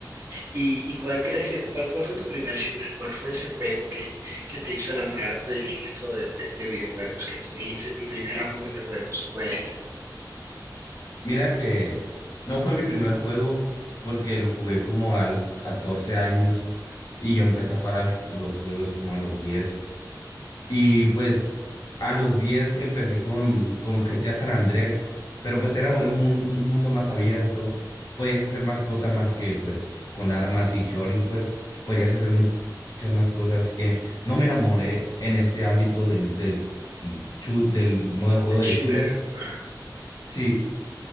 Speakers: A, on the right; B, on the left.
A: ¿Y, y cuál crees que, cuál, cuál fue tu primer shooter? ¿Cuál fue ese juego que, que te hizo enamorarte del resto de, de- de videojuegos? Que tú dijiste, mi primer amor de juegos fue este,
B: Mira que no fue mi primer juego porque lo jugué como a los 14 años y yo empecé a jugar a los juegos como a los diez Y pues a los 10 empecé con, con GTA San Andrés, pero pues era un, mun- un mundo más abierto, podías hacer más cosas más que pues con armas y choring, pues podías hacer mu- muchas más cosas que no me enamoré en ese ámbito del, del, shoot- del modo de juego
A: el shooter.
B: de shooters.
A: Ajá.
B: Sí,